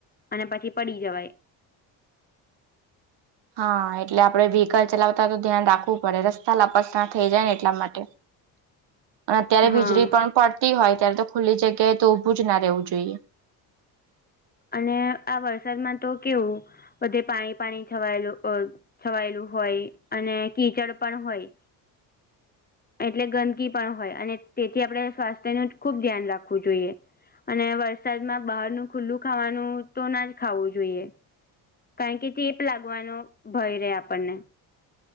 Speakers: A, on the left; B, on the right.
A: અને પછી પડી જવાય.
B: હા એટલે આપડે વ્હીકલ ચલાવતા તો ધ્યાન રાખવું પડે રસ્તા લપાસણા થઇ જાયને એટલા માટે.
A: <inaudible>
B: અત્યારે
A: હા
B: વીજળી પણ પડતી હોય, ત્યારે તો ખુલ્લી જગ્યાએ તો ઊભું જના રહેવું જોઈએ.
A: અને આ વરસાદમાં તો કેવું બધે પાણી પાણી છવાયેલું છવાયેલું હોય અને કીચડ પણ હોય. એટલે, ગંદકી પણ હોય અને તેથી આપણે સ્વાસ્થ્યનું જ ખુબ ધ્યાન રાખવું જોઈએ. અને વરસાદમાં બહારનું ખુલ્લું ખાવાનું તોના જ ખાવું જોઈએ. કારણકે, ચેપ લાગવાનો ભય રહે આપણને.